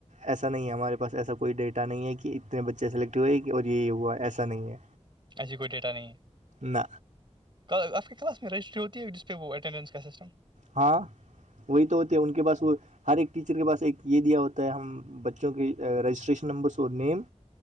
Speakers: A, on the right (about 80°); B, on the right (about 40°).
A: ایسا نہیں ہے ہمارے پاس ایسا کوئی ڈیٹا نہیں ہے کہ اتنے بچے سلیکٹ ہوئے کہ اور یہ ہوا ایسا نہیں ہے
B: ایسی کوئی ڈیٹا نہیں ہے
A: نہ
B: آپ کی کلاس میں رجسٹری ہوتی ہے جس پہ وہ اٹینڈنس کا سسٹم
A: ہاں وہی تو ہوتے ان کے پاس وہ ہر ایک ٹیچر کے پاس ایک یہ دیا ہوتا ہے ہم بچوں کے رجسٹریشن نمبرس اور نیم